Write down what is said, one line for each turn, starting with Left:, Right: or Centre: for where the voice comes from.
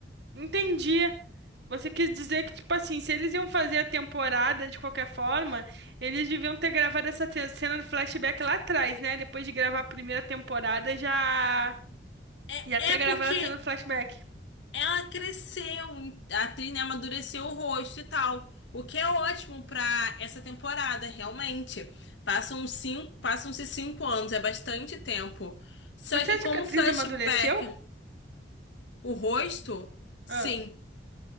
Right: entendi. Você quis dizer que, tipo assim, se eles iam fazer a temporada de qualquer forma, eles deviam ter gravado essa ce- cena do flashback lá atrás, né? Depois de gravar a primeira temporada, já
Left: É,
Right: E até
Left: é
Right: gravaram
Left: porque
Right: a cena do flashback.
Left: ela cresceu, a atriz, né, amadureceu o rosto e tal. O que é ótimo pra essa temporada, realmente. Passam cinco, passam-se cinco anos, é bastante tempo. Só
Right: Você
Left: que
Right: acha
Left: como
Right: que a atriz
Left: flashback,
Right: amadureceu?
Left: o rosto, sim.
Right: Ah,